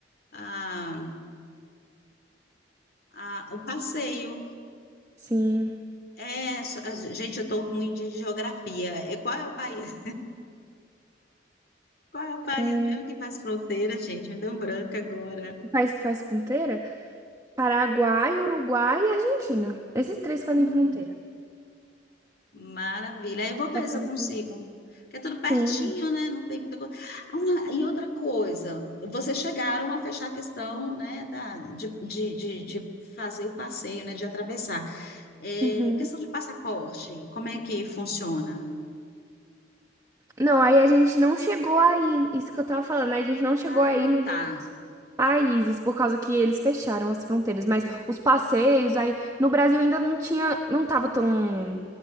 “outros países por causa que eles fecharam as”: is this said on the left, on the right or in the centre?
Right